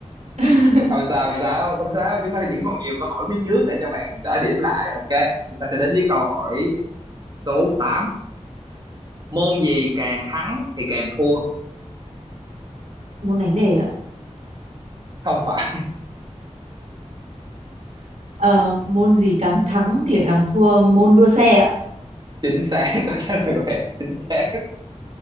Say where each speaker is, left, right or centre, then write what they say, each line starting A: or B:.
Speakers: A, on the right; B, on the right.
A: <laughs>
B: không sao không sao không sao chúng ta vẫn còn nhiều câu hỏi phía trước để cho bạn gỡ điểm lại ok chúng ta sẽ đến với câu hỏi số tám môn gì càng thắng thì càng thua
A: môn đánh đề ạ.
B: không phải
A: Ờ, môn gì càng thắng thì lại càng thua môn đua xe ạ.
B: <laughs> chính xác câu trả lời của bạn chính xác